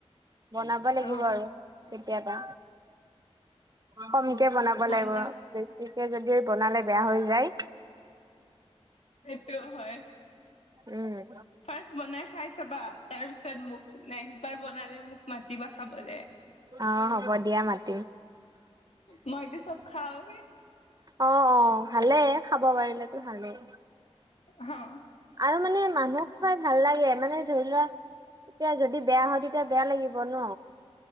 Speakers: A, on the right; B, on the left.
A: বনাব লাগিব
B: অ
A: আৰু। কেতিয়াবা, কমকে বনাব
B: বনাল
A: লাগিব। <unintelligible> যদি বনালে বেয়া হৈ যায়
B: সেইটোও হয়।
A: উম'।
B: ফাৰ্ষ্ট বনাই খাই চাবা, তাৰ পিছত মোক, নেক্সট বাৰ বনালে মোক মাতিবা খাবলে।
A: অ', হ'ব দিয়া মাতিম।
B: মইটো চব খাওঁ।
A: অ', অ', ভালেই, খাব পাৰিলেতো ভালেই।
B: অ'।
A: আৰু মানে মানুহক খোৱাই ভাল লাগে, মানে ধৰি লোৱা এতিয়া যদি বেয়া হয়, তেতিয়া বেয়া লাগিব ন?